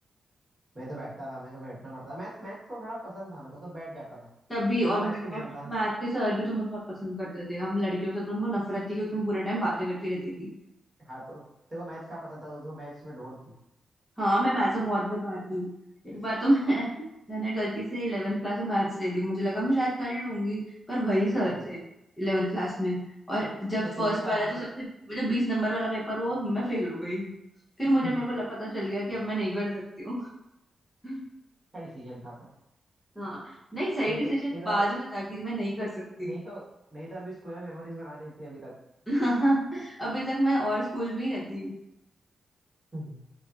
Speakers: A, on the right; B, on the left.
A: मैं तो बैठता था मेरे को बैठना पड़ता था मैथ मैथ तो थोड़ा पसंद था मेरे को तो बैठ जाता था
B: तभी और
A: देखो मैथ्स नहीं पसंद
B: और
A: था ना
B: मैथ के सर भी तुम्हें बहुत पसंद करते थे हम लड़कियों से तो उनको नफरत थी क्योंकि हम पूरे टाइम बातें करती रहती थी
A: हाँ तो देखो मैथ्स का पसंद था तो मैथ्स में ढोर थी
B: हाँ मैं मैथ्स में बहुत बेकार थी एक बार तो मैं <laughs> मैंने गलती से इलेवेंथ क्लास में मैथ्स ले ली मुझे लगा मैं शायद कर लूंगी पर वही सर
A: हाँ
B: थे इलेवेंथ क्लास में और जब
A: फिर
B: फर्स्ट
A: चेंज का
B: वाला
A: हाँ
B: जो
A: चे-
B: सबसे वो जो बीस नंबर वाला पेपर हुआ उसमें मैं फेल हो गई फिर
A: <laughs>
B: मुझे मेरे को लग- पता चल गया कि अब मैं नहीं कर सकती हूँ <laughs>
A: अच्छा डिसीजन था पर
B: हाँ नहीं सही
A: नहीं
B: डिसीजन
A: तो नहीं तो
B: बाद में था कि मैं नहीं कर सकती
A: नहीं तो नहीं तो अभी स्कूल में मेमोरीज बना लेती अभी तक
B: <laughs> अभी तक मैं और स्कूल में ही रहती
A: <laughs>